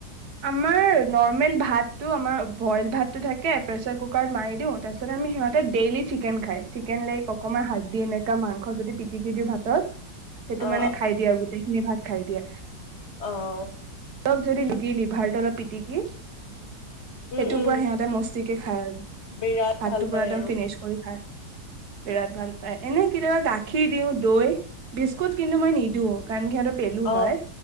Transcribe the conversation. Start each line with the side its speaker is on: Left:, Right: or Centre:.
Right: আমাৰ নৰ্মেল ভাত ভাতটো আমাৰ বইল ভাতটো থাকে প্ৰেচাৰ কুকাৰত মাৰি দিওঁ তাৰ পিছত আমি সিহতে ডেইলি চিকেন খাই চিকেন লেগ অকনমান হাত দি এনেকুৱা মাংস যদি পিটিকি দিওঁ ভাতত সেইটো
Left: অ অ
Right: মানে খাই দিয়ে আৰু গোটেই ধেই ভাত খাই দিয়ে
Left: আহ
Right: অলপ যদি লিগিলি ভাত তো অলপ পিটিকি সেইটো
Left: উম উম
Right: পুৰা সিহঁতে মস্তিকে খায় আৰু
Left: বিৰাট
Right: ভাতটো
Left: ভাল পায়
Right: পুৰা একদম
Left: আৰু
Right: ফিনিচ কৰি খায় বিৰাদ ভাল পাই এনেই কেতিয়াবা গাখীৰ দিওঁ দৈ বিস্কুট কিন্তু মই নিদিওঁ কাৰণ কি সহঁতক পেলো
Left: অ
Right: হয়